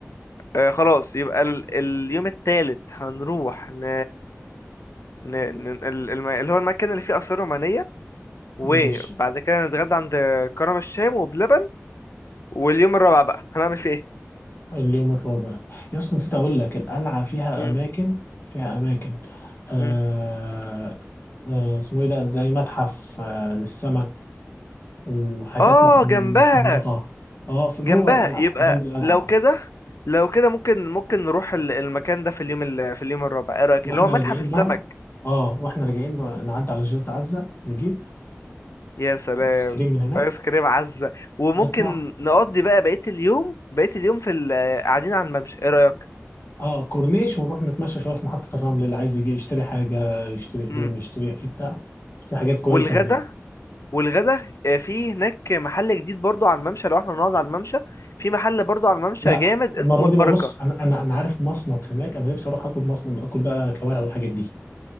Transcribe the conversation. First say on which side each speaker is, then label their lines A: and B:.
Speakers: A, on the left (about 65°); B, on the left (about 45°).
A: آه خلاص يبقى ال اليوم التالت هنروح ن... ن... ن... ال- الم- اللي هو المكان اللي فيه آثار رومانية وبعد
B: ماشي
A: كده نتغدى عند كرم الشام وبلبن واليوم الرابع بقى هنعمل فيه ايه
B: اليوم الرابع يا اسطى نسيت اقول لك القلعه فيها
A: مم.
B: اماكن فيها اماكن آه
A: مم.
B: آه اسمه ايه ده زي متحف آه للسمك وحاجات
A: اه
B: مح-
A: جنبها
B: محنطه اه في جوه
A: جنبها
B: القلعه
A: يبقى
B: جنب القلعه
A: لو كده لو كده ممكن ممكن نروح ال- المكان ده في اليوم ال- في اليوم الرابع ايه رايك
B: واحنا
A: اللي هو متحف
B: راجعين
A: السمك
B: بقى اه واحنا راجعين نعدي على جزيره عزه نجيب
A: يا سلام
B: ايس كريم من هناك
A: ايس كريم عزه وممكن
B: نطلع
A: نقضي بقى بقيه اليوم بقيه اليوم في ال- قاعدين على الممشى ايه رايك
B: اه كورنيش ونروح نتمشى شويه في محطه الرمل اللي عايز يجي يشتري حاجه يشتري هدوم
A: امم
B: يشتري في بتاع في حاجات كويسه
A: والغدا
B: هناك
A: والغدا آه، في هناك محل جديد برضو على الممشى لو احنا نقعد على الممشى في محل برضو على الممشى
B: لا
A: جامد اسمه
B: المره
A: البركة
B: دي بقى بص انا انا انا عارف مصمت هناك انا نفسي اروح اكل مصمت اكل بقى كوارع والحاجات دي